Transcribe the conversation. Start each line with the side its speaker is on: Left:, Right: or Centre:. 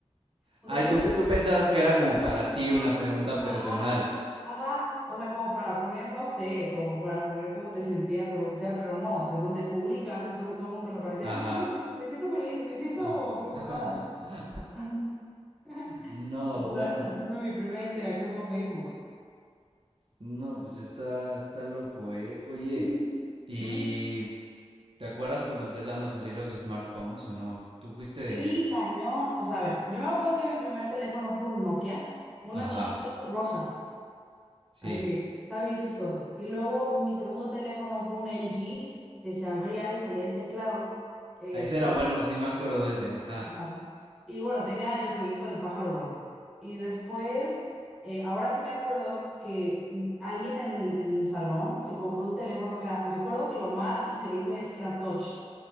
Centre: O
Right: Ay,
Centre: sea, yo
Right: tú,
Centre: no
Right: pe- tú pensabas que era como para ti una pregunta personal.
Centre: Ajá, ajá, o sea, como para poner, no sé, como para poner cómo te sentías o lo que sea, pero no, o sea, es donde publicas, entonces a todo el mundo le parecía,
Right: Ajá.
Centre: ah, me siento triste, me siento feliz, me siento
Right: <laughs>
Centre: preocupada. Ajá. <laughs>
Right: No,
Centre: Entonces,
Right: bueno,
Centre: a- así fue mi primera interacción con Facebook.
Right: no, pues está, está loco, ¿eh? Oye,
Centre: Ujú.
Right: ¿y
Centre: ¿Mm?
Right: te acuerdas cuando empezaron a salir los smartphones o no? Tú fuiste de
Centre: Sí,
Right: ese.
Centre: cañón. O sea, a ver, yo me acuerdo que mi primer teléfono fue un Nokia, uno
Right: Ajá,
Centre: chiquito rosa,
Right: sí.
Centre: así, estaba bien chistoso. Y luego mi segundo teléfono fue un LG que se abría y salía el teclado. Este,
Right: Ah, Ese era bueno, sí me acuerdo de ese, ajá.
Centre: Ajá. Y bueno, tenía el jueguito del pájaro loco. Y después, eh, ahora sí me acuerdo que mm, alguien en el, en el salón se compró un teléfono que era, me acuerdo que lo más increíble es que era touch.